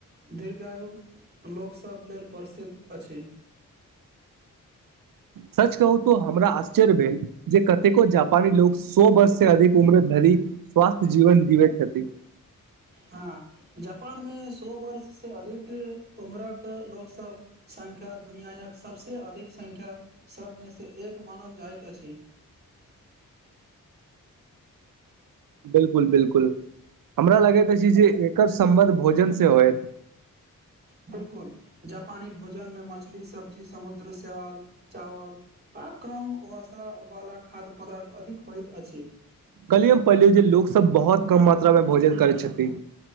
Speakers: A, on the right; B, on the right.
A: दीर्घा आयु लोक सभ लेल प्रसिद्ध अछि।
B: सच कहु तऽ हमरा अस चर भेल जे कतेको जापानी लोग सौ वर्ष से अधिक उम्र धरि स्वस्थ्य जीवन जीवैत छथी
A: हँ जापान में सौ वर्ष से अधिक उम्र कऽ लोक सब संख्या दुनियाक सब से अधिक संख्या सब में से एक मानल जाइत अछि
B: बिल्कुल बिल्कुल हमरा लगैत अछि जे एकर सम्बंध भोजन से होयत <inaudible>
A: बिल्कुल जापानी भोजन में मछली सब्जी समुद्र सेवाल चावल आ कम वसा वाला खाद्य पदार्थ अधिक होइत अछि
B: कल्हि हम पड़लीयो जे लोको सब बहुत कम मात्रा मे भोजन करै छथि